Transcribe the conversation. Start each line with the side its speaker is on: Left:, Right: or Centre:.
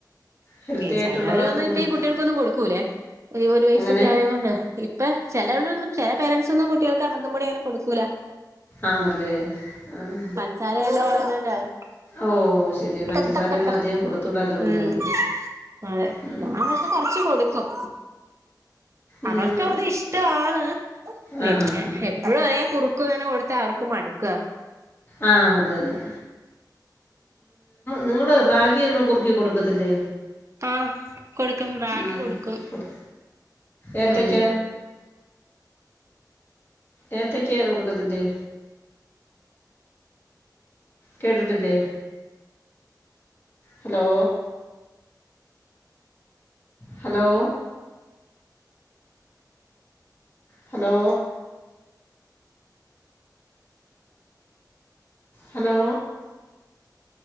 Left: ഹെൽത്തി ആയിട്ടുള്ളതാ
Right: ചിലവരൊന്നും
Left: കുഞ്ഞുങ്ങൾക്ക്
Right: ഇപ്പ ഈ കുട്ടികൾക്കൊന്നും കൊടുക്കൂല്ലേ ഈ ഒരു വയസ്സൊക്കെ
Left: എങ്ങനെ
Right: ആയതുകൊണ്ട് ഇപ്പ ചിലവൾന്നും ചില പേരൻറ്സൊന്നും കുട്ടികൾക്ക് അഅമൃതപൊടി അങ്ങനെ കൊടുക്കൂല
Left: ആണല്ലേ ആഹ്
Right: <unintelligible>
Left: ഓ ശരി പഞ്ചസാരയൊന്നും
Right: കക്കക്കക്ക
Left: അധികം കൊടുത്തൂടല്ലോ കുഞ്ഞുങ്ങൾക്ക്
Right: ഉം അതെ
Left: ഉം.
Right: ഞാൻ പക്ഷെ കൊറച്ച് കൊടുക്കും
Left: ഉം.
Right: അവർക്ക് വത് ഇഷ്ടാണ് പിന്നെ
Left: ആ ഹാ ഹാ
Right: എന്നും ഒരേ കുറുക്കു കൊടുത്ത അവർക്ക് മടുക
Left: ആ അത് തന്നെ നിങ്ങള് റാഗി ഒന്നും കുറുക്കി കൊടുക്കത്തില്ലേ?
Right: ആഹ് കൊടുക്കും റാഗി
Left: ഉം.
Right: കൊടുക്കും
Left: കൊടു ഏത്തയ്ക്ക
Right: ഉ
Left: ഏത്തയ്ക്ക കൊടുക്കതി്ല്ലെ കേട്ടിട്ടില്ലേ ഹലോ ഹലോ ഹലോ ഹലോ